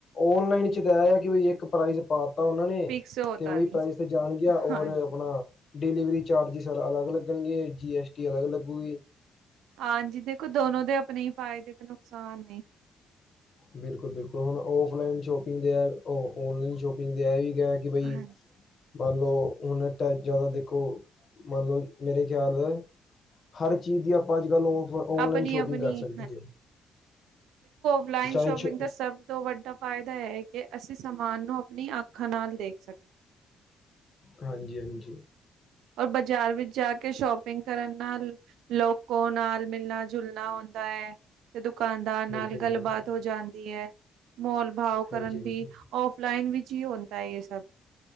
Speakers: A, on the left; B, on the right.
A: ਔਨਲਾਈਨ ਚ ਤਾਂ, ਐ ਕੀ ਵੀ, ਇੱਕ ਪ੍ਰਾਈਜ਼ ਪਾ ਤਾਂ ਓਨਾਂ ਨੇ,
B: ਫਿਕਸ ਹੋਤਾ
A: ਤੇ ਓਹੀ
B: ਨਹੀਂ
A: ਪ੍ਰਾਈਜ਼ ਤੇ, ਜਾਣ ਗਿਆ।
B: ਹਾਂਜੀ
A: ਔਰ ਆਪਣਾ ਡਿਲੀਵਰੀ ਚਾਰਜਿਸ ਅਲੱਗ ਲੱਗਣਗੇ, ਜੀ ਐੱਸ ਟੀ ਅਲੱਗ ਲਗੁਗੀ।
B: ਹਾਂਜੀ। ਦੇਖੋ, ਦੋਨੋ ਦੇ, ਆਪਣੇ ਈ ਫਾਇਦੇ, ਤੇ ਨੁਕਸਾਨ ਨੇ।
A: ਬਿਲਕੁੱਲ- ਬਿਲਕੁੱਲ, ਹੁਣ ਔਫਲਾਈਨ ਸ਼ੋਪਿੰਗ, ਦੇ ਐ ਓ ਓਨਲਾਈਨ ਸ਼ੋਪਿੰਗ ਦੇ, ਐ ਵੀਗੇ ਕਿ ਬਈ
B: ਹਾਂਜੀ
A: ਮੰਨ ਲੋ, ਹੁਣ ਤਾਂ, ਜਾਂਦਾ ਦੇਖੋ। ਮੰਨ ਲੋ ਮੇਰੇ ਖਿਆਲ ਹਰ ਚੀਜ਼ ਦੀ, ਆਪਾਂ ਅੱਜ ਕੱਲ ਔਫ- ਓਨਲਾਈਨ
B: ਆਪਣੀ
A: ਸ਼ੋਪਿੰਗ
B: ਆਪਣੀ
A: ਕਰ ਸਕਦੇ ਜੇ।
B: ਫਲਾਈਨ
A: ਚਾਹੇ
B: ਸ਼ੋਪਿੰਗ
A: ਛ
B: ਦਾ, ਸਭ ਤੋਂ ਵੱਡਾ, ਫਾਇਦਾ ਐ ਕਿ ਅਸੀਂ, ਸਮਾਨ ਨੂੰ, ਆਪਣੀ ਅੱਖਾਂ, ਨਾਲ ਦੇਖ ਸਕੇ
A: ਹਾਂਜੀ-ਹਾਂਜੀ।
B: ਔਰ, ਬਾਜ਼ਾਰ ਵਿੱਚ, ਜਾ ਕੇ ਸ਼ੋਪਿੰਗ ਕਰਨ ਨਾਲ। ਲੋਕੋ ਨਾਲ, ਮਿਲਣਾ- ਜੁਲਣਾ ਹੁੰਦਾ ਐ। ਤੇ, ਦੁਕਾਨਦਾਰ ਨਾਲ,
A: ਬਿਲਕੁਲ
B: ਗੱਲਬਾਤ
A: ਬਿਲਕੁਲ
B: ਹੋ, ਜਾਂਦੀ ਐ। ਮੋਲ ਬਾਵ ਕਰਨ
A: ਹਾਂਜੀ ਹਾਂਜੀ
B: ਦੀ, ਔਫਲਾਈਨ ਵਿੱਚ ਈ, ਹੁੰਦਾ ਏ ਸਭ।